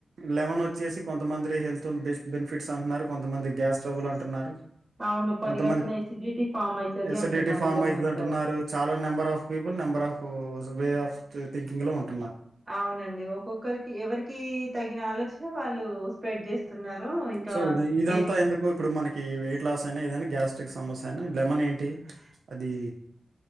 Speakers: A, on the right; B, on the right.
A: లెమన్ వచ్చేసి కొంతమంది హెల్త్ బెనిఫిట్స్ అంటున్నారు కొంతమంది గ్యాస్ స్ట్రబుల్ అంటున్నారు
B: అవును పరిగడుపున
A: కొంతమంది
B: ఎసిడిటీ ఫామ్ అయితది
A: ఎస్డిటి
B: అంటున్నారు
A: ఫామ్
B: లెమన్
A: అయితుందిఅంటున్నారు
B: తో
A: చాలా number of people number of way of త థింకింగ్ లోఉంటది
B: అవునండి ఒక్కొక్కరికి ఎవరికి తగిన ఆలోచ చన వాళ్ళు స్ప్రెడ్ చేస్తున్నారు ఇంకా
A: సో ఇది ఇదంతా
B: ఏ
A: ఎందుకు ఇప్పుడు మనకి వెయిట్ లాస్ అయినా ఏదైనా గ్యాస్ సమస్య అయినా లెమన్ ఏంటి అది